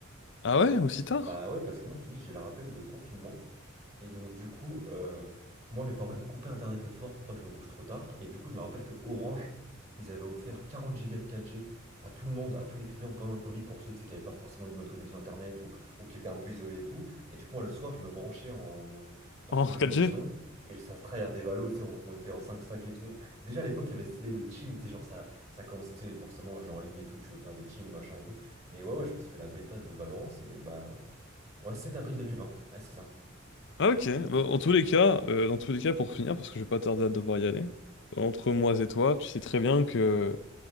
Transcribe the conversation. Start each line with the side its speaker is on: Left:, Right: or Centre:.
Left: Ah ouais, aussi tard?
Right: Bah ouais, parce que moi, tu dis, j'ai le rappel de confinement. Et donc, du coup, euh, moi, mes parents, ils me coupaient Internet le soir pour pas que je me couche trop tard. Et du coup, je me rappelle que Orange, ils avaient offert 40 gigas de 4G à tout le monde, à tous les clients pendant le Covid, pour ceux, tu sais, qui n'avaient pas forcément une bonne connexion Internet ou, ou qui étaient un peu isolés et tout. Et du coup, moi, le soir, je me branchais en hum, partage
Left: En
Right: de
Left: quatre
Right: connexion.
Left: g
Right: Et ça se tryhard des valos, tu sais, on, on était en 5 stacks et tout. Déjà, à l'époque, il y avait cette idée de team, tu sais, genre, ça, ça commençait, tu sais, forcément, jeu en ligne et tout, tu veux faire des teams, machin et tout. Et ouais, ouais, je pense que la bêta de Valorant, c'est, bah, ouais, sept avril 2020. Ouais, c'est ça.
Left: Ah ok, Bon, en tous les cas, euh, dans tous les cas, pour finir, parce que je vais pas tarder à devoir y aller, entre moi et toi, tu sais très bien que,